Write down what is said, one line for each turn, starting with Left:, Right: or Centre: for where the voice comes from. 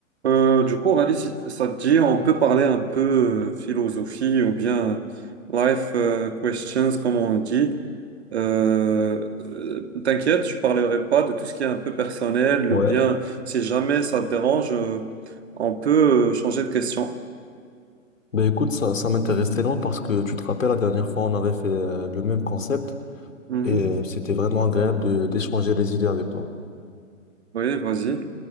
Right: Euh, du coup, Rally, si t- ça te dit, on peut parler un peu euh, philosophie ou bien euh, life euh, questions, comme on dit. Euh, euh, t'inquiète, je parlerai pas de tout ce qui est un peu personnel
Left: Ouais,
Right: ou bien si jamais ça te dérange, euh, on peut euh, changer de question.
Left: ben écoute, ça, ça m'intéresse tellement parce que tu te rappelles, la dernière fois, on avait fait euh, le même concept
Right: Mhm.
Left: et euh, c'était vraiment agréable de d'échanger des idées avec toi.
Right: Oui, vas-y.